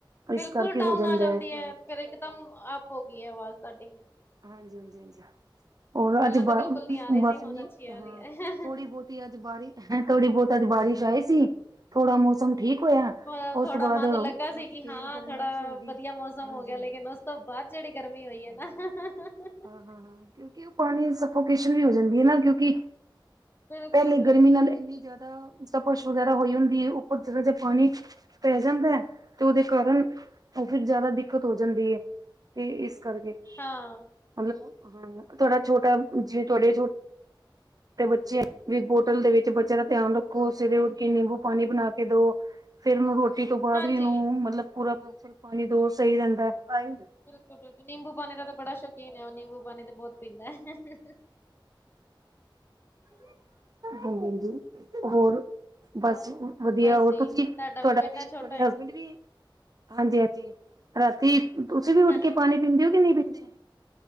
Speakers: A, on the right (about 50°); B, on the left (about 25°).
A: ਇਸ
B: ਬਿਲਕੁਲ
A: ਕਰਕੇ
B: ਡਾਊਨ
A: ਹੋ ਜਾਂਦਾ
B: ਆ ਜਾਂਦੀ
A: ਫਿਰ
B: ਹੈ, ਫੇਰ ਇੱਕ ਦਮ ਅਪ ਹੋ ਗਈ ਹੈ। ਆਵਾਜ਼ ਤਾਡੀ
A: ਹਾਂਜੀ, ਹਾਂਜੀ ਹਾਂ ਹੋਰ
B: ਪਹਿਲਾਂ
A: ਅੱਜ ਬ
B: ਤਾਂ ਬਿਲਕੁਲ ਨੀ ਆ ਰਹੀ
A: ਬੱਸ
B: ਸੀ ਹੁਣ
A: ਨੀ
B: ਅੱਛੀ ਆ
A: ਹਾਂ
B: ਰਹੀ ਹੈ।
A: ਥੋੜੀ ਬਹੁਤ ਅੱਜ ਬਾਰਸ਼ ਹੈਂ, ਥੋੜੀ ਬਹੁਤ ਅੱਜ ਬਾਰਿਸ਼ ਆਈ ਸੀ। ਥੋੜਾ ਮੌਸਮ ਠੀਕ। ਹੋਇਆ
B: ਅ
A: ਉਸ
B: ਥੋੜਾ
A: ਤੋਂ ਬਾਅਦ
B: ਮਨ ਲੱਗਾ
A: ਬਸ
B: ਸੀ, ਕਿ
A: ਫੇਰ
B: ਹਾਂ
A: ਗਰਮੈਸ਼
B: ਥੋੜਾ
A: ਹੋ ਗਈ
B: ਵਧੀਆ ਮੌਸਮ
A: ਹਾਂਜੀ
B: ਹੋ ਗਿਆ। ਲੇਕਿਨ ਉਸ ਤੋਂ ਬਾਅਦ ਚ ਜਿਹੜੀ ਗਰਮੀ ਹੋਈ
A: ਹਾਂਜੀ
B: ਹੈਨਾ। <unintelligible>
A: ਹਾਂ ਕਿਉਂਕਿ, ਉਹ ਪਾਣੀ ਸਫੋਕੇਸ਼ਨ ਵੀ ਹੋ ਜਾਂਦੀ ਹੈਨਾ। ਕਿਉਂਕਿ?
B: ਬਿਲਕੁਲ
A: ਪਹਿਲੇ ਗਰਮੀ ਨਾਲ ਇੰਨੀ ਜ਼ਿਆਦਾ ਸਫਸ਼ ਵਗੈਰਾ ਹੋਈ ਹੁੰਦੀ ਹੈ। ਉੱਪਰ ਜਰਾ ਜੇਹਾ ' ਪਾਣੀ ਪੈ ਜਾਂਦਾ‌ ਐ, ਤੇ ਉਹਦੇ ਕਾਰਨ ਉਹ ਫਿਰ ਜ਼ਿਆਦਾ ਦਿੱਕਤ ਹੋ ਜਾਂਦੀ ਏ। ਤੇ, ਇਸ ਕਰਕੇ।
B: ਹਾਂ।
A: ਮਤਲਬ ਤੁਹਾਡਾ ਛੋਟਾ, ਜਿਵੇਂ ਤੁਹਾਡੇ ਛੋ- <unintelligible> ਤੇ ਬੱਚੇ ਵੀ, ਬੋਟਲ ਦੇ ਵਿੱਚ ਬੱਚਿਆਂ ਦਾ ਧਿਆਨ ਰੱਖੋ। ਸਵੇਰੇ ਉੱਠ ਕੇ ਨਿੰਬੂ ਪਾਣੀ ਬਣਾ ਕੇ ਦਿਓ। ਫੇਰ, ਉਹਨੂੰ ਰੋਟੀ ਤੋਂ ਬਾਅਦ
B: ਹਾਂਜੀ
A: ਵੀ ਉਹਨੂੰ ਮਤਲਬ ਪੂਰਾ ਪਾਣੀ ਦੋ, ਸਹੀ ਰਹਿੰਦਾ ਆਏ।
B: ਬਿਲਕੁਲ-ਬਿਲਕੁਲ ਨਿੰਬੂ ਪਾਣੀ ਦਾ ਤਾਂ ਬੜਾ ਸ਼ੌਕੀਨ ਹੈ ਉਹ, ਨਿੰਬੂ ਪਾਣੀ ਤੇ ਬਹੁਤ ਪੀਂਦਾ। <unintelligible> <inaudible>
A: ਹਾਂਜੀ-ਹਾਂਜੀ, ਹੋਰ। <unintelligible> ਬੱਸ
B: ਹੋਰ
A: ਵਧੀਆ,
B: ਬਸ
A: ਹੋਰ
B: ਜੀ
A: ਤੁਸੀਂ ਤੁਹਾਡਾ
B: ਬੇਟਾ
A: ਵੀ ਤੁਹਾਡੇ
B: ਛੋਟਾ
A: ਹਸਬੈਂਡ
B: ਇੱਕ
A: ਵੀ - ਹਾਂਜੀ-ਹਾਂਜੀ, ਰਾਤੀ ਤੁਸੀਂ ਵੀ ਉੱਠ
B: ਹਾਂਜੀ
A: ਕੇ ਪਾਣੀ ਪੀਂਦੇ ਹੋ। ਕਿ ਨਹੀਂ ਪੀਂਦੇ?